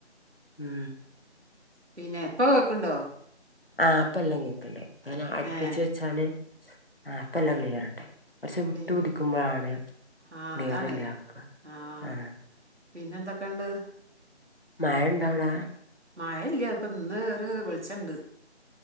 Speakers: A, on the left; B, on the right.
A: ഉം
B: പിന്നെ ഇപ്പോ കേക്കണ്ടോ?
A: ആ ഇപ്പ എല്ലാം കേൾക്കണ്ട്. അങ്ങനെ അടുപ്പിച്ച്
B: ഏ
A: വെച്ചാല് ആ ഇപ്പ എല്ലാം ക്ലിയർണ്ട്. കുറച്ച് വിട്ടുപിടിക്കുമ്പോഴാണ്
B: പിന്നെ ആഹ്
A: ക്ലിയർ
B: അതാണേ
A: ല്ലാക.
B: ആഹ്
A: ആ
B: പിന്നെ എന്തൊക്കെയണ്ട്.
A: മഴ ഇണ്ടവിടാ.
B: മഴ ഇല്ല ഇപ്പൊ ഇന്ന് ഒരു വെളിച്ചണ്ട്.